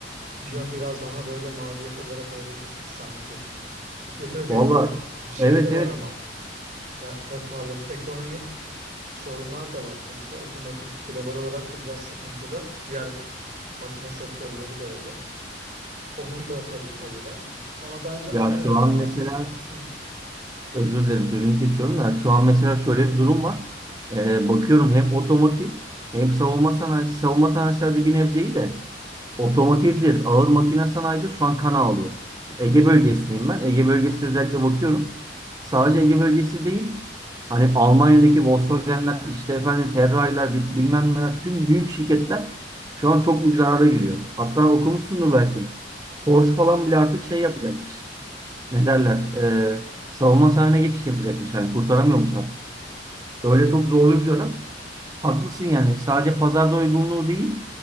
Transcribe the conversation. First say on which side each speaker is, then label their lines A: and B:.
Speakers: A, on the right (about 45°); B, on the right (about 20°).
A: yön biraz daha böyle mavi yakalara doğru gitti sanki. Bir de tabii
B: vallahi
A: şey
B: evet
A: de
B: evet
A: var ama ya tabii pardon ekonomi sorunlar da var sonuçta. Otomotiv global olarak da biraz sıkıntıda. Diğer makine sektörleri de öyle. Onun da tabii payı var. Ama bence
B: ya
A: ana
B: şu
A: neden
B: an mesela
A: hı,
B: özür dilerim sözünü kesiyorum da şu an mesela şöyle bir durum var. Ee, bakıyorum hem otomotiv hem savunma sanayisi savunma sanayisi hadi bir nebzeyi de. Otomotivdir,
A: hı hı,
B: ağır makine sanayidir. Şu an kan ağlıyor. Şu Ege bölgesindeyim ben. Ege bölgesine özellikle bakıyorum. Sadece Ege bölgesi değil. Hani Almanya'daki Volkswagen'ler, işte efendim Ferrari'ler, bi- bilmem neler, tüm büyük şirketler şu an çok büyük zarara giriyor. Hatta okumuşsundur belki. Porsche falan bile artık şey yapacakmış. Ne derler? Ee, savunma sanayine geçiş yapacakmış. Yani kurtaramıyormuş artık. Öyle çok zorlu bir dönem. Haklısın yani. Sadece pazarda uygunluğu değil,